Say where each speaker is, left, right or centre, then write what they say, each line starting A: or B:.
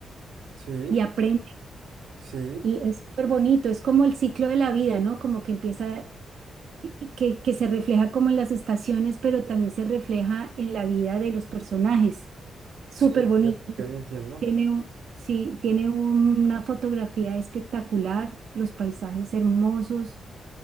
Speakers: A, on the right; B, on the right.
A: Sí,
B: y aprende.
A: sí,
B: Y es súper bonito, es como el ciclo de la vida, ¿no? Como que empieza que, que se refleja como en las estaciones, pero también se refleja en la vida de los personajes. Súper
A: sí, ok,
B: bonito.
A: ok, entiendo.
B: Tiene un, sí, tiene una fotografía espectacular, los paisajes hermosos.